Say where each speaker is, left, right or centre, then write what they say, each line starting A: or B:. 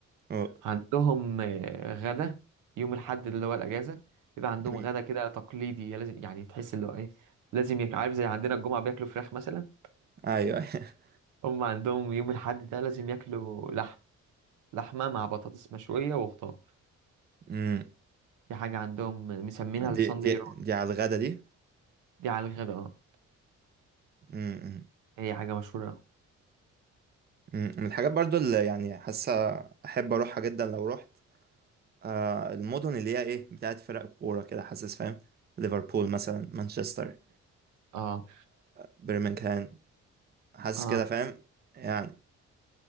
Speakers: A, on the right; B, on the right.
A: أه.
B: عندهم آه، غدا يوم الاحد اللي هو الاجازه بيبقى عندهم
A: أمم.
B: غدا كده تقليدي لازم يعني تحس اللي هو ايه لازم يك عارف زي عندنا الجمعه بياكلوا فراخ مثلا
A: ايوه <laughs> أيوة.
B: هم عندهم يوم الاحد ده لازم ياكلوا لحم لحمه مع بطاطس مشويه وخضار
A: امم
B: دي حاجه عندهم مسمينها الساندي
A: دي دي
B: رول
A: دي على الغدا دي
B: دي على الغدا اه
A: امم أمم.
B: هي حاجه مشهوره أوي.
A: أمم. من الحاجات برضو اللي يعني حاسة احب اروحها جدا لو رحت آه المدن اللي هي ايه بتاعت فرق كورة كده حاسس فاهم ليفربول مثلا مانشستر
B: اه
A: برمنغهام حاسس
B: اه
A: كده فاهم يعني